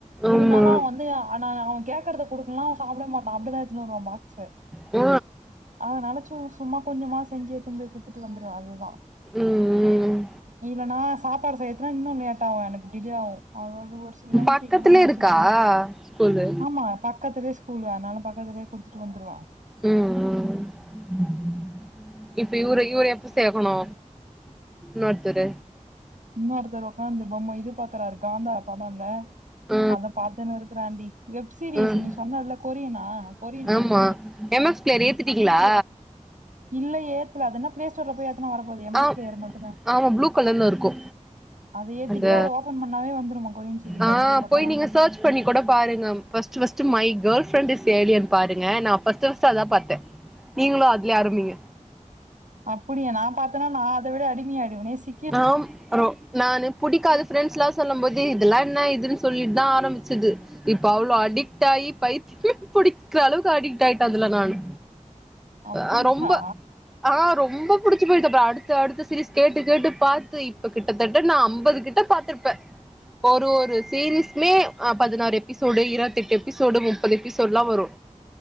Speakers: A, on the right; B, in the centre.
A: இருந்தாலு
B: ஆமா
A: அவ வந்து ஆனா அவ கேக்குறத குடுக்கலனா அவ சாப்பட மாட்டா அப்படிதா எடுத்துனுவருவா பாக்ஸ்ஸ
B: உ
A: அதனால சு சும்மா கொஞ்சமா செஞ்சு ஏத்துனு போய் குத்துட்டு வந்துருவே அதுக்குதா
B: ம் ம்
A: இல்லனா சாப்பாடு செய்யறதுனா இன்னு லேட் ஆவு எனக்கு டிலே ஆவு அதது ஒரு த்துருவேன்
B: பக்கத்துலே
A: சீக்கிரமா முடிச்சு
B: இருக்கா ஸ்கூலு
A: ஆமா பட் பக்கத்துலயே ஸ்கூல் அதனால பக்கத்துலே குடுத்துட்டு வந்துடுவா
B: ம் ம் இப்ப இவ்ர இவ்ர எப்ப சேக்கணு நோட்த்ற
A: இன்னொருத்தடவ உக்காந்து பொம்ம எதிர்பாக்குறாரு காந்தா படொல
B: ஆ
A: அத பார்த்துனே இருக்கறான்டி வெப் சீரீஸ்
B: ம்
A: நீ சொன்னல கொரியனா கொரியன்
B: ஆமா
A: சீரிஸ்
B: ஆ எம் எஸ் பிளேயர் ஏத்திட்டீங்களா
A: இல்ல ஏத்துல அதுன்னா பிளேஸ்டோர்ல போய் ஏத்துனா வர போது எம் எஸ்
B: ஆ
A: பிளயர் மட்டு்ந்தா
B: ஆமா ப்ளூ கலர்ல இருக்கு
A: அத ஏத்திட்டு
B: அந்த
A: அது ஓபன் பண்ணாவே வந்துருமா கொரியன் சீரிஸ்
B: ஆ
A: அது உள்ள போட்டா
B: போய் நீங்க சர்ச் பண்ணி கூட பாருங்க first first my girlfriends alien பாருங்க நா ஃபர்ஸ்ட் ஃபர்ஸ்ட் அதுதா பாத்த நீங்களு அதுலே ஆரம்பிங்க
A: அப்டியா நா பாத்தனா நா அதவிட அடிமை ஆய்டுவனே சி
B: ராம் ரோ நானு புடிக்காது ஃப்ரெண்ட்ஸ்லா சொல்லும் போது இதெல்லா என்ன இதுன் சொல்லிட்டுதா ஆரம்பிச்சுது இப்ப அவ்ளோ அடிக்ட் ஆயி பைத்தியம் புடிக்கிற அளவுக்கு அடிக்ட் ஆயிட்ட அதுல நானு
A: அப்படியா
B: ஆ ரொம்ப ஆ ரொம்ப புடிச்சு போயிட்ச்சி அப்றொ அடுத்த அடுத்து சீரீஸ் கேட்டு கேட்டு பாத்து இப்ப கிட்டதட்ட நா அம்பது கிட்ட பாத்திருப்ப ஒரு ஒரு சீரீஸ்மே ஆ பதினாறு எபிசோடு இருவத்தெட்டு எபிசோடு முப்பது எபிசோட்லா வரு